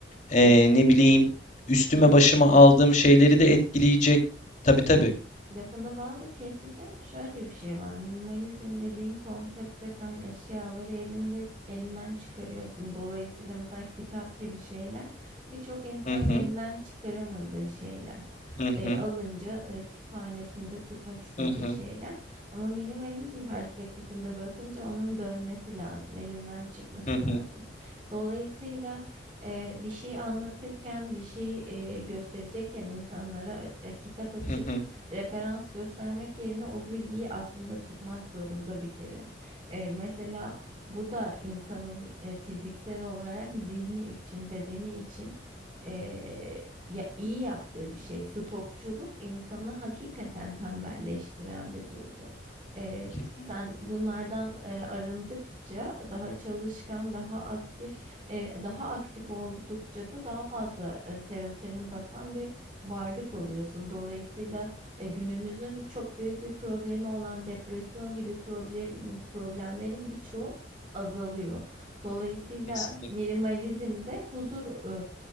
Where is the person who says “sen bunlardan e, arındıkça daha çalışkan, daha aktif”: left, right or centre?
Right